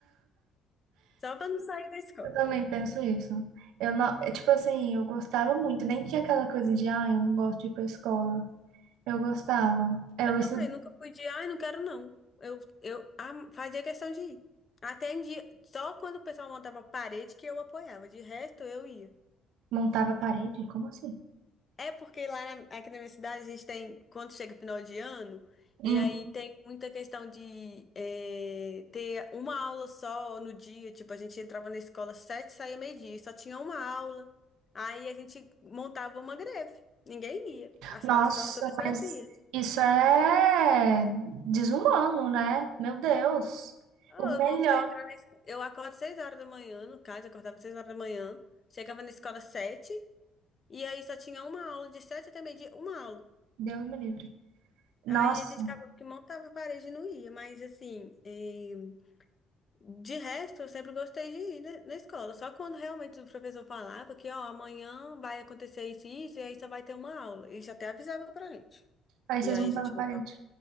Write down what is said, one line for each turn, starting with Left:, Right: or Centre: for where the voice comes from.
Left: Só pra não sair da escola.
Right: Eu também penso isso. Eu não, é, tipo assim, eu gostava muito, nem tinha aquela coisa de, ah, eu não gosto de ir pra escola. Eu gostava. Eu
Left: Eu
Right: isso
Left: também, nunca fui de, ai, não quero não. Eu, eu am- fazia questão de ir. Até em dia, só quando o pessoal montava parede que eu apoiava. De resto, eu ia.
Right: montava parede, como assim?
Left: É porque lá na- aqui na minha cidade a gente tem, quando chega final de ano,
Right: Hum,
Left: e aí tem muita questão de eh, ter uma aula só no dia. Tipo, a gente entrava na escola às sete, saía meio-dia, e só tinha uma aula. Aí a gente montava uma greve. Ninguém ia. As
Right: Nossa,
Left: salas ficavam todas vazias.
Right: mas isso é desumano, né? Meu Deus.
Left: Ah,
Right: O
Left: eu
Right: melhor,
Left: vou você entrar na escola. Eu acordo seis horas da manhã, no caso, eu acordava seis horas da manhã, chegava na escola às sete, e aí só tinha uma aula de sete até meio-dia, uma aula.
Right: Deus me livre. Nossa,
Left: Aí a gente acabou que montava a parede e não ia, mas assim, eh, de resto eu sempre gostei de ir na, na escola. Só quando realmente o professor falava que, ó, amanhã vai acontecer isso e isso, e aí só vai ter uma aula. Ele já até avisava pra gente.
Right: aí
Left: E
Right: vocês
Left: aí
Right: montavam
Left: a gente montava,
Right: parede.